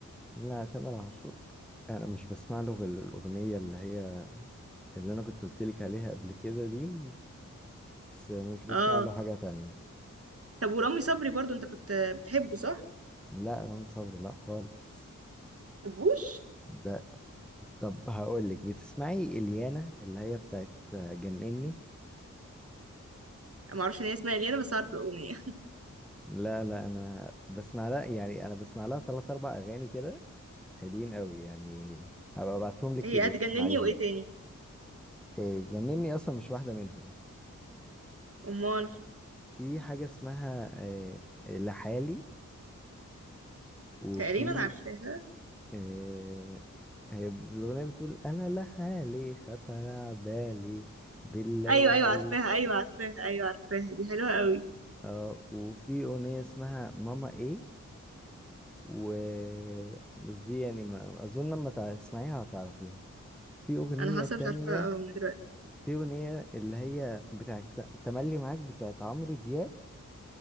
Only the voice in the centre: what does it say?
لا تامر عاشور انا مش بسمع له غير الاغنيه اللي هي اللي انا كنت قلت لك عليها قبل كده دي و- بس مش بسمع
له حاجه تانية
لا رامي صبري لا خالص
ده طب هقول لك بتسمعي اليانا اللي هي بتاعت جنني
لا لا انا بسمع لها يعني انا بسمع لها ثلاث اربع اغاني كده حلوين قوي يعني هبقى ابعتهم لك
تبقي
تسمعيهم
إيه، جنني اصلا مش واحده منهم
في حاجة اسمها آه، لحالي وفي
آه، هي الأغنية بتقول أنا لحالي خطر على بالي بالليالي
اه وفي أغنية اسمها ماما إيه و بس دي يعني ما أظن لما تع- تسمعيها هتعرفيها في أغنية
تانية
في أغنية اللي هي بتاعت تملي معاك بتاعت عمرو دياب